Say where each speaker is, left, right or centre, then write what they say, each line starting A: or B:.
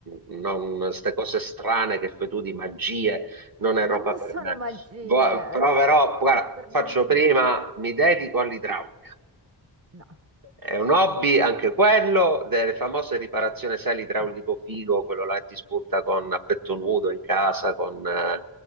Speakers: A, on the right; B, on the right.
A: Non, queste cose strane che fai tu di magie non è
B: Ma
A: roba
B: non
A: per
B: sono
A: me.
B: magie,
A: Vo- proverò,
B: eh, sono
A: guarda,
B: per
A: faccio
B: bambini.
A: prima, mi dedico all'idraulica.
B: No,
A: È un hobby anche quello delle famose riparazioni sale idraulico
B: no.
A: figo, quello là che ti spunta con a petto nudo in casa, con eh,